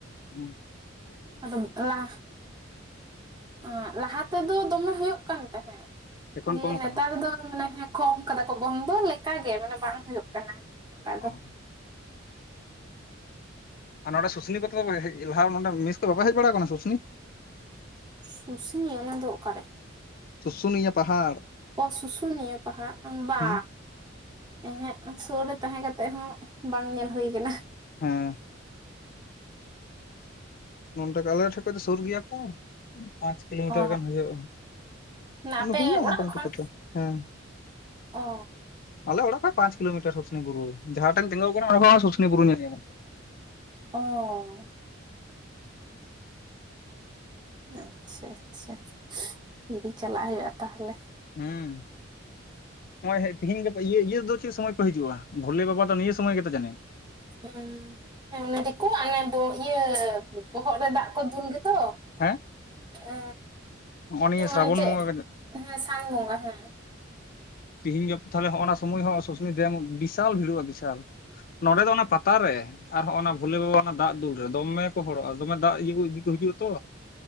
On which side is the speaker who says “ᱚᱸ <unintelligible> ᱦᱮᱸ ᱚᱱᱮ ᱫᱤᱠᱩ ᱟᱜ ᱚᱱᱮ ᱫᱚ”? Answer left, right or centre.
Right